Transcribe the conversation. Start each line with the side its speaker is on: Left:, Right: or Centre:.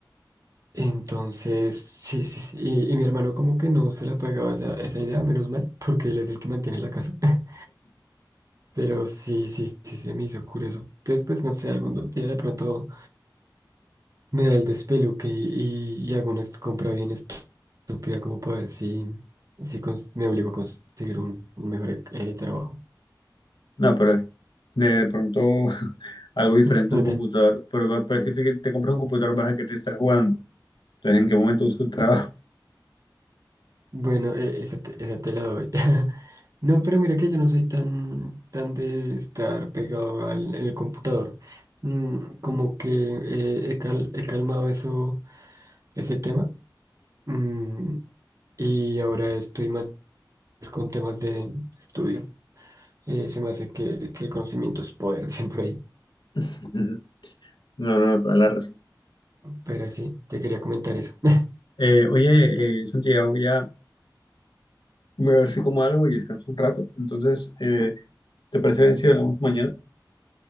Right: Entonces, sí, sí, sí. Y, y mi hermano como que no se le ha pegado esa, esa idea, menos mal, porque él es el que mantiene la casa. <laughs> Pero sí, sí, sí, se me hizo curioso. Entonces, pues no sé, algún día de pronto me da el despeluque y, y, y hago una est- compra bien estúpida como para ver si, si cons- me obligo a conseguir un, un mejor eh, trabajo.
Left: No, pero es- de, de pronto <laughs> algo diferente
Right: <laughs> No
Left: a un
Right: te.
Left: computador. Pero parece que si te compras un computador vas a querer estar jugando. Entonces, ¿en qué momento buscas trabajo?
Right: Bueno, e- esa te, esa te la doy. <laughs> No, pero mira que yo no soy tan, tan de estar pegado al, en el computador. Mm, como que eh, he, cal- he calmado eso, ese tema. Mm, y ahora estoy más con temas de estudio. Eh, se me hace que, que el conocimiento es poder, <laughs> dicen por ahí.
Left: <laughs> No, no, no, toda la razón.
Right: Pero sí, te quería comentar eso. <laughs>
Left: Eh, oye, eh, Santiago, ya Voy a ver si como algo y descanso un rato. Entonces, eh, ¿te parece bien si hablamos mañana?